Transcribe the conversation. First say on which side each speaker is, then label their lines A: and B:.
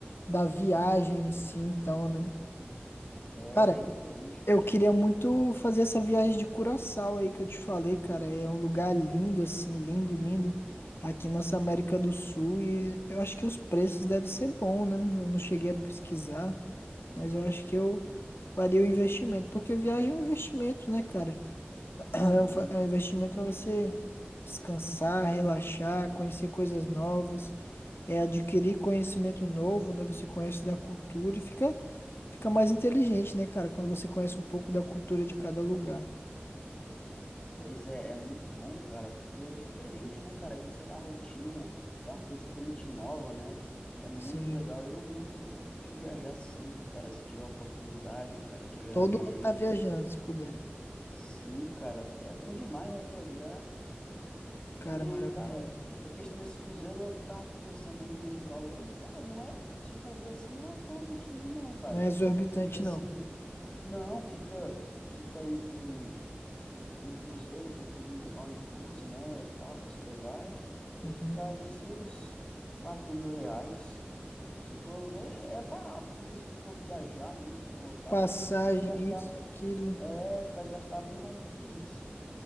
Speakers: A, on the left (about 70°); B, on the left (about 25°).
A: da viagem em si, então, né?
B: É
A: Cara,
B: bem diferente.
A: Eu queria muito fazer essa viagem de Curaçao aí que eu te falei, cara. É um lugar lindo, assim, lindo, lindo. Aqui nossa América do Sul. E eu acho que os preços devem ser bons, né? Eu não cheguei a pesquisar, mas eu acho que eu faria o investimento. Porque viagem é um investimento, né, cara?
B: Sim.
A: É um, fa- é um investimento para você descansar, relaxar, conhecer coisas novas, é adquirir conhecimento novo, né? Você conhece da cultura e fica, fica mais inteligente, né, cara? Quando você conhece um pouco da cultura de cada lugar.
B: Pois é, é muito bom, cara, porque é diferente, né, cara? A gente sai da rotina, é uma coisa totalmente nova, né? É muito
A: Sim,
B: legal. Eu mesmo gosto de viajar sempre, cara, se tiver a oportunidade, cara, tiver
A: todo
B: o dinheiro.
A: ano tá viajando, se puder.
B: Sim, cara, é bom demais, né, viajar, porque,
A: Cara, maravilhoso.
B: cara, é questão desse cruzeiro, eu tava conversando aí, vendo os valores, cara, não é, se for ver assim, não é tão absurdo não, cara,
A: Não é exorbitante,
B: fica assim,
A: não.
B: não, fica, fica aí com, com o cruzeiro, com tudo em, all inclusive, né, tal, com hospedagem, vai
A: Uhum.
B: ficar aí seus quatro mil reais, se for ver, é barato, porque se tu for viajar mesmo para um local,
A: Passagem,
B: tu vai gastar,
A: isso, aquilo.
B: é, tu vai gastar bem mais do que isso.